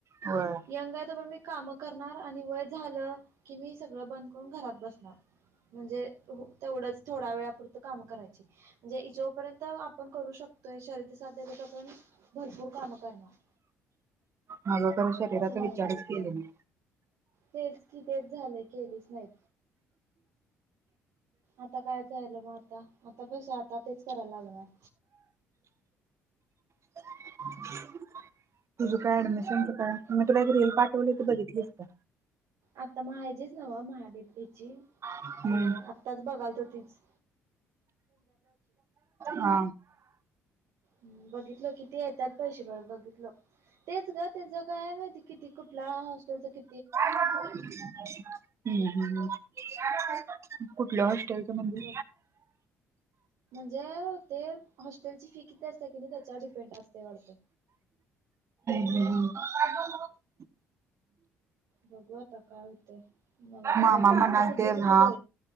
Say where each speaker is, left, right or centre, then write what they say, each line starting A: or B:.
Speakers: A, on the right; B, on the right.
A: होय
B: यंग आहे तोपर्यंत मी काम करणार आणि वय झालं की मी स सगळं बंद करून घरात बसणार. म्हणजे तेवढंच थोड्या वेळापुरतं काम करायची, जे जोपर्यंत. त आपण करू शकतो. त शरीती साध्या त्याच्या आपण भरपूर काम करणार.
A: माझा तर शरीराचा
B: असं म्हणत
A: विचारच
B: होते, तर
A: केले
B: त्यांनी
A: नाही.
B: तेच कि तेच झाले केलेच नाहीत. आता काय झायलं मग आता आता बस आता तेच करायलागनार.
A: <unintelligible> तुझं काय ऍडमिशनच काय, मी तुला एक रिल पाठवली त बघितलीस का.
B: आता माझेच नवमा हेचि
A: हम्म
B: ते आत्ताच बघाल तो तिच
A: हा
B: ह् बघितलं कि, ते येतात पैशे बर बघितलं तेच ग! त्याच काय माहिती किती कुठल्या हॉस्टेलच कि
A: <inaudible> हम हम. <unintelligible> कुठलं
B: हम्म,
A: हॉस्टेलच म्हणजे.
B: जे ते हॉस्टेल ची फी किती असते, की नाही त्याच्यावर डिपेंड असतय वाटतं.
A: <inaudible>
B: बघू आता काय होतंय. मला तर
A: मामा
B: काय कळना
A: म्हणाल
B: तू कुठली
A: ते
B: कुठली
A: राहा